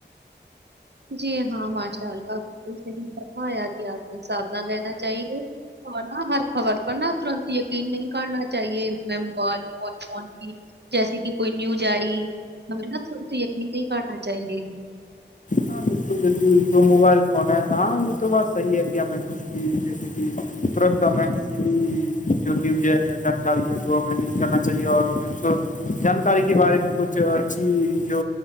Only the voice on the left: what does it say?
ہاں بالکل بالکل جو موبائل فون ہے ہاں یہ تو بات صحیح ہے کہ ہمیں کچھ بھی جیسے کہ ترنت ہمیں کسی بھی جو نیوز ہے یا جانکاری ہے تو ہمیں نہیں کرنا چاہیے اور ہمیں اس کو جانکاری کے بارے میں کچھ اچھی جو